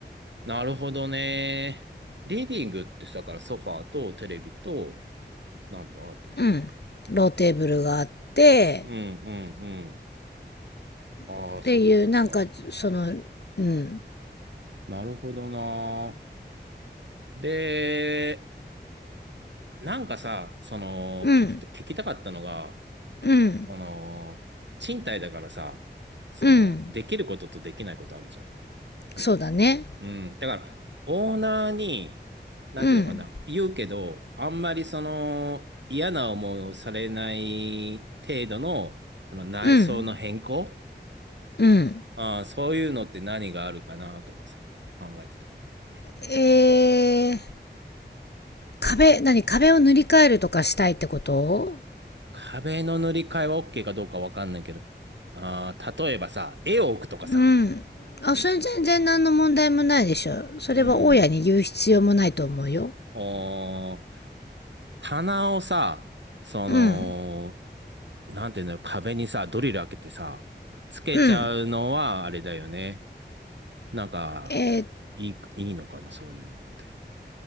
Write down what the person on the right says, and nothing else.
ー、なるほどね。リビングってさ、だからソファーとテレビと、なんだ、あと。
うんうんうん。あー、
そっか。なるほどな。で、なんかさ、その、
聞きた、聞きたかったのが、
その、賃貸だからさ、その、
できることとできないことあるじゃん。
うん。だから、オーナーに、なんていうのかな、
言うけど、あんまりその、嫌な思いをされない程度の、その内装の変更、
ああ、そういうのって何があるかなとかさ、考えてたんだよね。
壁の塗り替えは OK かどうかわかんないけど、あー例えばさ、絵を置くとかさ、
うん。おー棚をさ、その、
なんていうんだろう、壁にさ、ドリル開けてさ、つけちゃうのはあれだよね。
なんか、
いい、いいのかな、そういうのって。